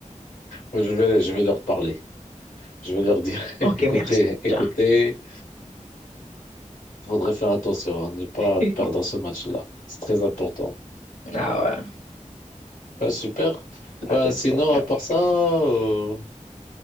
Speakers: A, on the left (about 85°); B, on the left (about 70°).
A: Moi, Je vais, je vais leur parler. Je vais leur dire, <laughs>
B: Ok,
A: écoutez,
B: merci.
A: écoutez,
B: Jean.
A: il faudrait faire attention à ne pas
B: <laughs>
A: perdre ce match-là. C'est très important.
B: Ah ouais,
A: Bah, super.
B: pas
A: Bah,
B: de
A: sinon,
B: problème.
A: à part ça, euh,